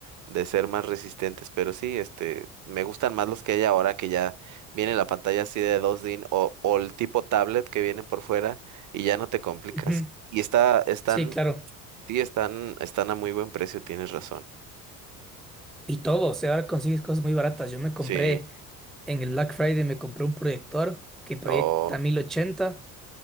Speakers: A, on the right (about 45°); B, in the centre.
A: de ser más resistentes. Pero sí, este, me gustan más los que hay ahora, que ya viene la pantalla así de 2 DIN o, o el tipo tablet que vienen por fuera y ya no te complicas.
B: Ujú,
A: Y está, están,
B: Sí, claro.
A: sí, están, están a muy buen precio, tienes razón.
B: Y todo, o sea, ahora consigues cosas muy baratas. Yo me compré
A: Sí.
B: en el Black Friday, me compré un proyector que proyecta
A: Oh,
B: 1080